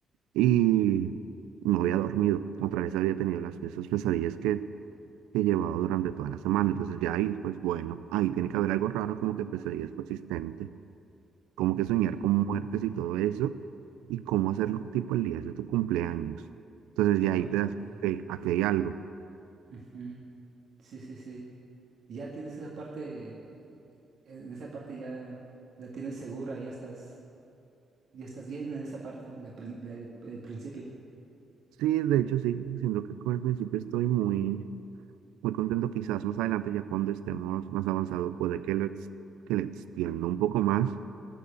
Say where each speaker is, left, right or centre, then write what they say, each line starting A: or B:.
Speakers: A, on the right; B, on the right.
A: y no había dormido, otra vez había tenido las esas pesadillas que que llevaba durante toda la semana. Entonces ya ahí, pues bueno, ahí tiene que haber algo raro, como que pesadillas persistentes, como
B: ujú,
A: que soñar con muertes y todo eso, y cómo hacerlo tipo el día de tu cumpleaños. Entonces ya
B: Ok.
A: ahí te das, ok, aquí hay algo.
B: ujú. Sí, sí, sí. Ya tienes esa parte, eh, en esa parte ya la tienes segura, ya estás, ya estás bien en esa parte, la prin- la- el, el principio.
A: Sí, de hecho sí, siento que con el principio estoy muy, muy contento. Quizás más adelante, ya cuando estemos más avanzados, puede que lo, ex- que le extienda un poco más,